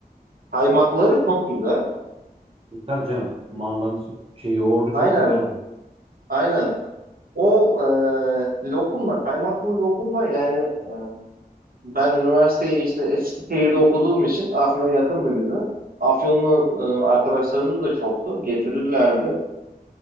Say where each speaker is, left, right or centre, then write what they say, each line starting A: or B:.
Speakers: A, on the right; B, on the right.
A: Kaymakları çok güzel.
B: Tabii canım mandanın su- şey yoğurdu
A: Aynen.
B: çok güzel oldu.
A: Aynen. O e, lokum da kaymaklı lokum da yani e, ben üniversiteyi işte Eskişehir'de okuduğum için Afyon yakındı bize. Afyonlu e, arkadaşlarımız da çoktu. Getirirlerdi.